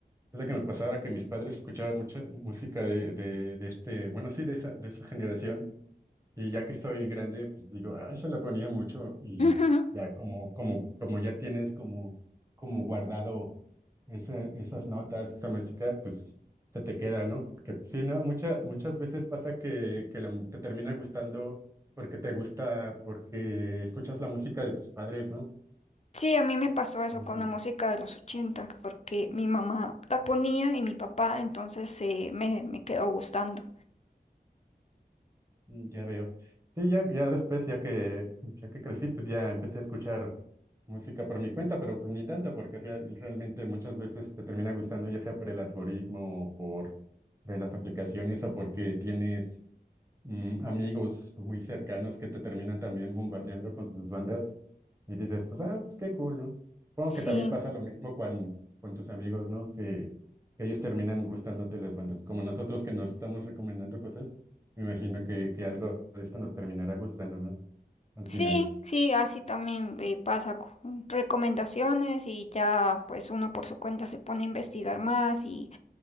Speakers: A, on the right; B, on the left.
A: lo que me pasaba, que mis padres escuchaban mucha música de, de, de este, bueno, sí, de esa, de esa generación, y ya que soy grande, pues digo, ah, eso la ponía mucho y
B: <laughs>
A: ya como, como, como ya tienes como, como guardado. ese- esas notas, esa música, pues se te queda, ¿no? Porque pues, sí, ¿no? Mucha, muchas veces pasa que, que la mu- te termina gustando porque te gusta, porque escuchas la música de tus padres, ¿no?
B: Sí, a mí me pasó eso
A: Ujú.
B: con la música de los 80 porque mi mamá la ponía y mi papá, entonces eh, me, me quedó gustando.
A: Mm, Ya veo. Sí, ya, ya después, ya que, ya que crecí, pues ya empecé a escuchar música por mi cuenta, pero pues ni tanto, porque real- realmente muchas veces te termina gustando, ya sea por el algoritmo o por de las aplicaciones o porque tienes mm, amigos muy cercanos que te terminan también bombardeando con sus bandas y dices, pues, ah, pues qué cool, ¿no? Supongo
B: Sí,
A: que también pasa lo mismo con, con tus amigos, ¿no? Que, que ellos terminan gustándote las bandas. Como nosotros que nos estamos recomendando cosas, me imagino que, que algo de esto nos terminará gustando, ¿no? Al
B: sí,
A: final.
B: sí, así también eh, pasa con recomendaciones y ya pues uno por su cuenta se pone a investigar más y,